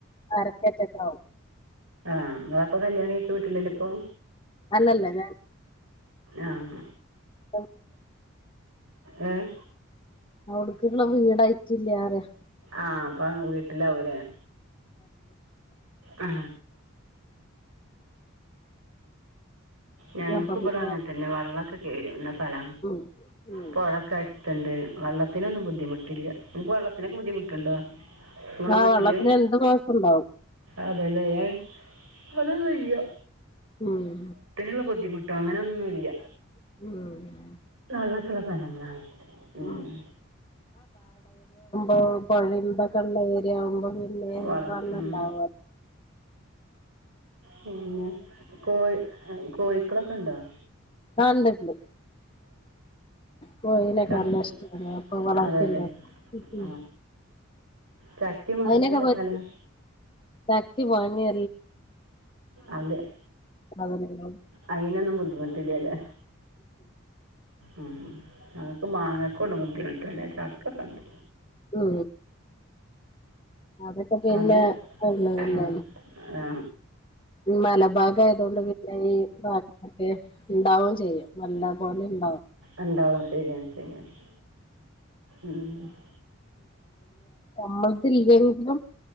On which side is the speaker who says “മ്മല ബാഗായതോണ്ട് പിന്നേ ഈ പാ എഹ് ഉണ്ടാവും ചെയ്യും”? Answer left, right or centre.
Left